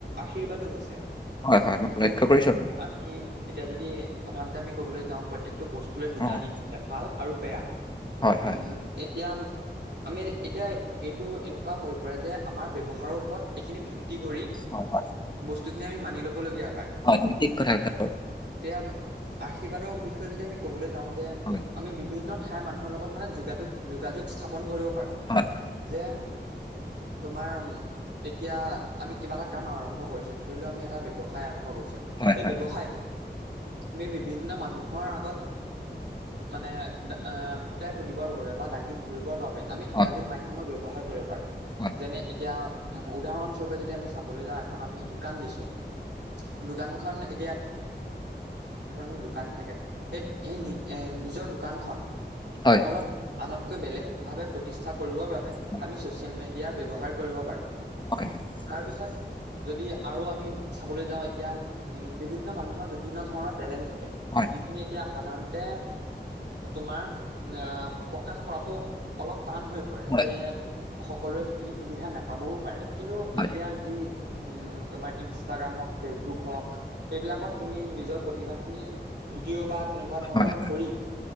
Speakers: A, on the right (about 70°); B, on the left (about 25°).
A: আশীৰ্বাদো হৈছে।
B: হয়, হয়, মই
A: এতিয়া
B: লক্ষ্য কৰিছো আৰু।
A: আমি এতিয়া যদি সাধাৰণতে আমি ক'বলে যাওঁ প্ৰত্যেকটো বস্তুৰে দুটা
B: অ',
A: দিশ থাকে ভাল আৰু বেয়া।
B: হয়,
A: উম
B: হয়।
A: ত এতিয়া আ আমি এতিয়া এইটো এনেকুৱা হৈ পৰে যে আমাৰ ব্যৱহাৰৰ ওপৰত এইখিনি ভিত্তি কৰি
B: হয়, হয়,
A: বস্তুখিনি আমি মানি ল'বলগীয়া হয়।
B: তুমি ঠিক কথা কৈছা।
A: এতিয়াম আ আশীৰ্বাদৰ বিষয়ে যদি আমি ক'বলৈ যাওঁ যে
B: হয়,
A: আমি বিভিন্ন ঠাইৰ মানুহৰ লগত মানে যোগাযোগ যোগাযোগ স্থাপন কৰিব পাৰো
B: হয়,
A: যে তোমাৰ এতিয়া আমি কিবা এটা কাম আৰম্ভ কৰিছো। ধৰি লোৱা আমি এটা ব্যৱসায় আৰম্ভ কৰিছো। সেই
B: হয়, হয়,
A: ব্যৱসায়টো আমি বিভিন্ন মানুহৰ আগত মানে ফুটাই তুলিবৰ বাবে বা দাঙি ধৰিবৰ বাবে আমি সামাজিক
B: হয়,
A: মাধ্যমৰ ব্যৱহাৰ কৰিব পাৰো।
B: হয়,
A: যেনে এতিয়া উম উদাহৰণ স্বৰূপে যদি আমি চাবলৈ যাওঁ এখন আমি দোকান দিছো দোকানখন এতিয়া ধৰণৰ দোকান থাকে। সেই এই এ নিজৰ দোকানখন
B: হয়, হয়,
A: অলপ আনতকৈ বেলেগ ভাৱে প্ৰতিষ্ঠা কৰিবৰ বাবে
B: হয়,
A: আমি ছচিয়েল মিডিয়াৰ ব্যৱহাৰ কৰিব পাৰো।
B: <unintelligible>
A: তাৰপিছত যদি আৰু আমি চাবলৈ যাওঁ এতিয়া উম বিভিন্ন মানুহৰ বিভিন্ন ধৰণৰ টেলেণ্ট থাকে
B: হয়।
A: যিখিনি এতিয়া সাধাৰণতে তোমাৰ এ প্ৰকাশ কৰাটো অলপ টান হৈ পৰে
B: হয়,
A: যে সকলোৱে সেইখিনি সুবিধা নাপাবও পাৰে, কিন্তু এতিয়া
B: হয়,
A: যি উম তোমাৰ ইনষ্টাগ্ৰাম হওঁক, ফেচবুক হওঁক সেইবিলাকত তুমি নিজৰ প্ৰতিভাখিনি ভিডিঅ' বা তেনেকুৱা ধৰণৰ
B: হয়,
A: কৰি